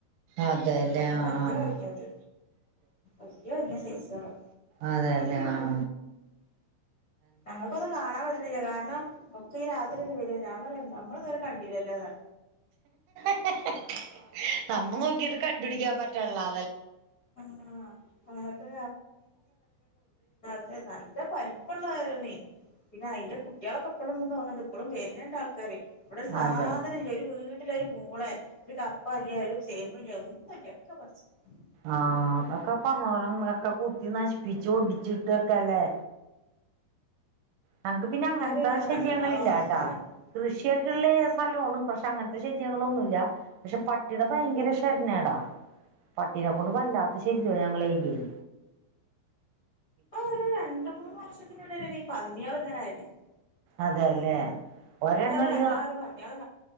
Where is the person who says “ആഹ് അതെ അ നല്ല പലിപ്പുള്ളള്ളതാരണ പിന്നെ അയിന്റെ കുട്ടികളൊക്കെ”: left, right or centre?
Left